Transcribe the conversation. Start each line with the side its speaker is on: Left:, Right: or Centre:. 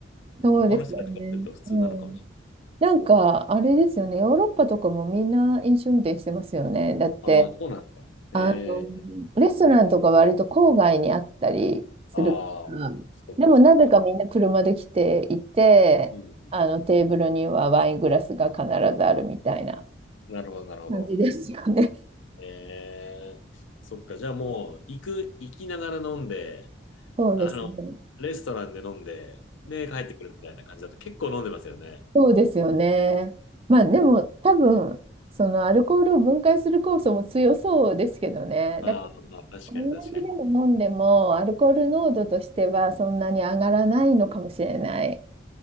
Right: そうですよね。
Left: 向こうの人たちからすると普通なのかもしれない。
Right: うん。なんか、あれですよね。ヨーロッパとかもみんな飲酒運転してますよね。だって、
Left: ああ、そうなんだ。ええ
Right: あの、レストランとか割と郊外にあったりするから。
Left: ああ、そっかそっか。
Right: でも、なぜかみんな車で来ていて、
Left: うん。
Right: あの、テーブルにはワイングラスが必ずあるみたいな
Left: なるほど、なるほど。
Right: 感じですよね。<laughs>
Left: えー、そっか、じゃあもう、行く、行きながら飲んで、
Right: そうですね。
Left: あの、レストランで飲んで、で、帰ってくるみたいな感じだと結構飲んでますよね。
Right: そうですよね。まあ、
Left: うん。
Right: でも、多分、そのアルコールを分解する酵素も強そうですけどね。
Left: ああ、
Right: だから
Left: まあ、確かに確かに。
Right: 同じでも飲んでも、アルコール濃度としてはそんなに上がらないのかもしれない。